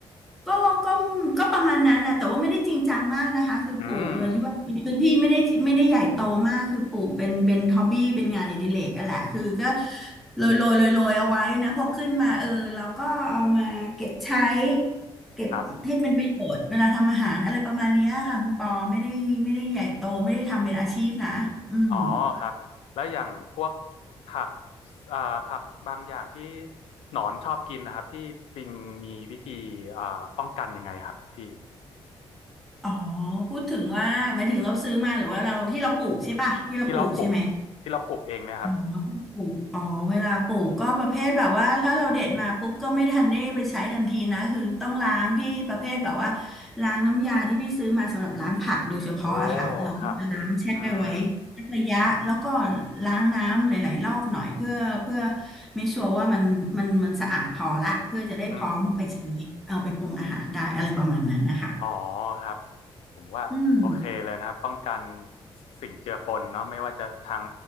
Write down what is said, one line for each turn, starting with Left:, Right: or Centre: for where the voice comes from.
Centre: ก็ก็ก็ประมาณนั้นนะแต่ว่าไม่ได้จริงจังมากนะคะคือปลูกโดยที่ว่าพื้นที่ไม่ได้จิไม่ได้ใหญ่โตมากคือปลูกเป็นเป็นฮอบบี้เป็นงานอดิเรกอะแหละคือก็
Left: อืม
Centre: โรยโรยโรยโรยเอาไว้นะพอขึ้นมาเออเราก็เอามาเก็บใช้เก็บให้เป็นประโยชน์เวลาทำอาหารอะไรประมาณเนี้ยค่ะคุณปอไม่ได้ไม่ได้ใหญ่โตไม่ได้ทำเป็นอาชีพนะอืม
Left: ครับอ๋อครับแล้วอย่างพวกผักเอ่อผักบางอย่างที่หนอนชอบกินนะครับพี่ปิงมีวิธีเอ่อป้องกันยังไงครับพี่
Centre: อ๋อพูดถึงว่าหมายถึงเราซื้อมาหรือว่าเราที่เราปลูกใช่ป่ะที่เราปลูกใช่ไหม
Left: ที่เราปลูกที่เราปลูกเองเนะครับ
Centre: อืมปลูกอ๋อเวลาปลูกก็ประเภทแบบว่าถ้าเราเด็ดมาปุ๊บก็ไม่ทันได้ไปใช้ทันทีนะคือต้องล้างพี่ประเภทแบบว่าล้างน้ำยาที่พี่ซื้อมาสำหรับล้างผักโดยเฉพาะอะค่ะเราก็จะล้างแช่ไว้สักระยะแล้วก็
Left: โอ้ครับ อืม
Centre: ล้างน้ำหลายๆรอบหน่อยเพื่อเพื่อไม่ชัวร์ว่ามันมันมันสะอาดพอละเพื่อจะได้พร้อมไปใช้เอาไปปรุงอาหารได้อะไรประมาณนั้นนะคะ
Left: อืม อ๋อครับผมว่าโอเคเลยนะครับป้องกัน
Centre: อืม
Left: สิ่งเจือปนเนาะไม่ว่าจะทาง